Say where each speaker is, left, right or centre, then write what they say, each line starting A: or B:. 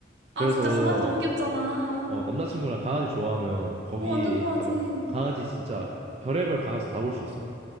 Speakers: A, on the right; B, on the right.
A: 아,
B: 그래서
A: 진짜 강아지 너무 귀엽잖아.
B: 어 남자친구랑 강아지 좋아하면 거기
A: 어, 완전 좋아하지.
B: 가면 강아지 진짜 별의별 강아지 다 볼 수 있어.